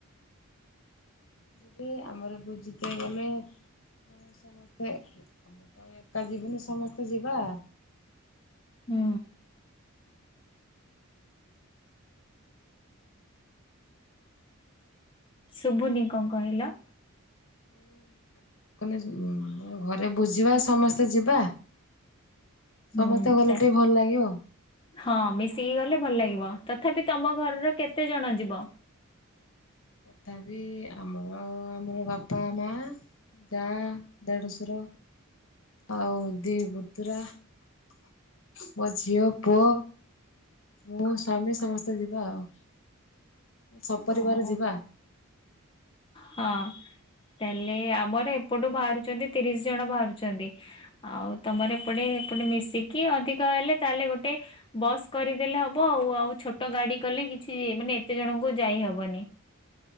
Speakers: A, on the left; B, on the left.
A: କେତେ ଆମର ଭୋଜି <unintelligible> ଗଲେ ସମସ୍ତେ ମୁଁ ତ ଏକା ଯିବିନି ସମସ୍ତେ ଯିବା।
B: ହୁଁ। ଶୁଭୁନି କଣ କହିଲ?
A: <inaudible> ଘରେ ବୁଝିବା ସମସ୍ତେ ଯିବା, ସମସ୍ତେ
B: ହୁଁ
A: ଗଲେ ଟିକେ ଭଲ ଲାଗିବ।
B: ହଁ ମିଶିକି ଗଲେ ଭଲ ଲାଗିବ, ତଥାପି ତମ ଘରର କେତେ ଜଣ ଯିବ?
A: ତଥାପି ଆମର-ଆମର ବାପା ମା ଜା ଦଢସୁର ଆଉ ଦି ପତୁରା ମୋ ଝିଅ ପୁଅ ମୁଁ ସ୍ୱାମୀ ସମସ୍ତେ ଯିବା ଆଉ। ସପରିବାର
B: ହଁ।
A: ଯିବା।
B: ହଁ। ତାହେଲେ ଆମର ଏପଟୁ ବାହାରୁଛନ୍ତି ତିରିଶି ଜଣ ବାହାରୁଛନ୍ତି। ଆଉ ତମର ଏପଟେ-ଏପଟେ ମିଶିକି ଅଧିକ ହେଲେ ତାହେଲେ ଗୋଟେ ବସ୍ କରିଦେଲେ ହବ ଆଉ-ଆଉ ଛୋଟ ଗାଡି କଲେ କିଛି ମାନେ ଏତେ ଜଣଙ୍କୁ କୁ ଯାଇ ହବନି